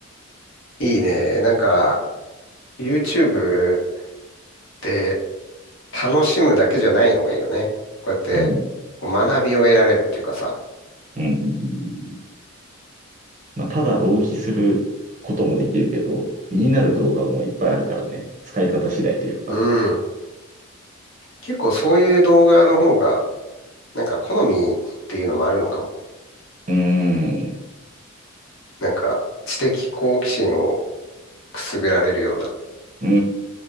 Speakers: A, on the left; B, on the right.
A: いいね。なんか、YouTube で楽しむだけじゃないのがいいよね。こうやって、
B: な。うん。
A: こう学びを得られるっていうかさ。
B: うん。うんうんまあ、ただ浪費することもできるけど、身になる動画もいっぱいあるからね。使い方次第というか。
A: うん。結構そういう動画の方が、なんか好みっていうのもあるのかも。
B: うーん。
A: なんか、知的好奇心をくすぐられるような。
B: うー